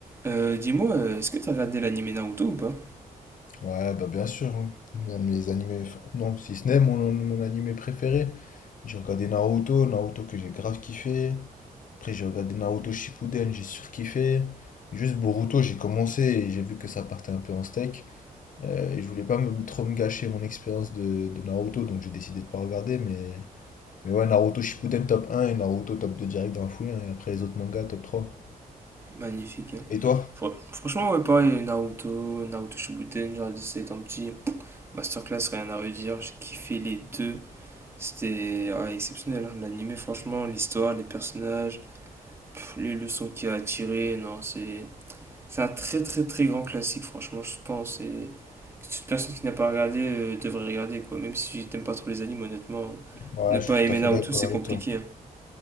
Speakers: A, on the right; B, on the left.
A: Euh, dis-moi, euh, est-ce que t'as regardé l'anime Naruto ou pas?
B: Ouais, bah bien sûr, hein. Un de mes animés, enfin, non, si ce n'est mon, mon animé préféré. J'ai regardé Naruto, Naruto que j'ai grave kiffé. Après, j'ai regardé Naruto Shippuden, j'ai surkiffé. Juste Boruto, j'ai commencé et j'ai vu que ça partait un peu en steak. Euh, et je voulais pas me, trop me gâcher mon expérience de, de Naruto, donc j'ai décidé de pas regarder. Mais, mais ouais, Naruto Shippuden top un et Naruto top 2 direct dans la foulée. hein. et après, les autres mangas top trois
A: Magnifique, hein.
B: Et toi?
A: Fr- franchement, ouais, pareil, Naruto, Naruto Shippuden, genre c'est étant petit, masterclass, rien à redire, j'ai kiffé les deux, c'était ouais, exceptionnel, hein. L'anime, franchement, l'histoire, les personnages, pff, les leçons qu'il a tirées, non, c'est c'est un très très très grand classique, franchement, je pense, et que toute personne qui n'a pas regardé euh, devrait regarder, quoi, même si t'aimes pas trop les animes, honnêtement,
B: Ouais,
A: ne pas
B: je suis
A: aimer
B: tout à fait
A: Naruto,
B: d'accord
A: c'est
B: avec
A: compliqué,
B: toi.
A: hein.